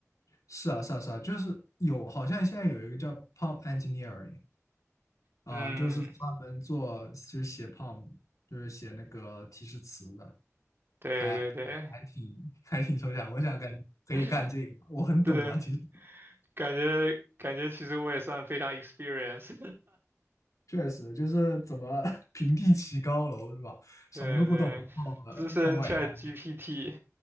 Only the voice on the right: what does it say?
嗯，
对对对，
<laughs>
对，
感觉感觉其实我也算非常 experience，
<laughs> 对对，
资深 ChatGPT，